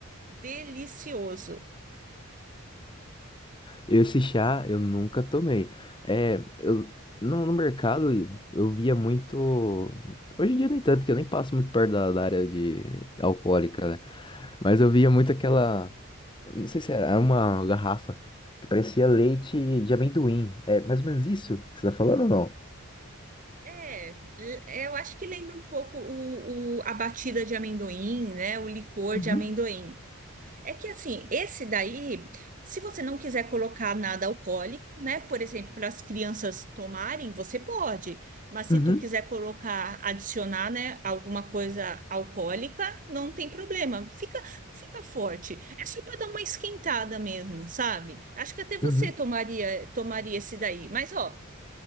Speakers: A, on the right (about 35°); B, on the left (about 20°).
A: Delicioso.
B: Esse chá eu nunca tomei. É, eu, no, no mercado eu via muito. Hoje em dia nem tanto, porque eu nem passo muito perto da, da área de alcoólica, né? Mas eu via muito aquela. Não sei se era, era uma garrafa que parecia leite de amendoim. É mais ou menos isso que você tá falando ou não?
A: É, l- eu acho que lembra um pouco o, o- a batida de amendoim, né? O licor
B: Uhum.
A: de amendoim. É que assim, esse daí, se você não quiser colocar nada alcoólico, né? Por exemplo, para as crianças tomarem, você pode. Mas se
B: Uhum,
A: tu quiser colocar, adicionar, né, alguma coisa alcoólica, não tem problema. Fica, fica forte. É só para dar uma esquentada mesmo, sabe? Acho que até você
B: uhum.
A: tomaria, tomaria esse daí. Mas ó,